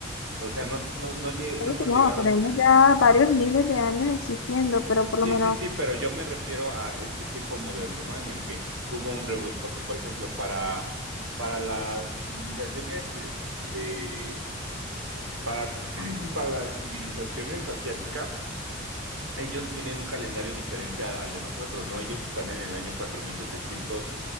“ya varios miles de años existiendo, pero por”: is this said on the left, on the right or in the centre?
Left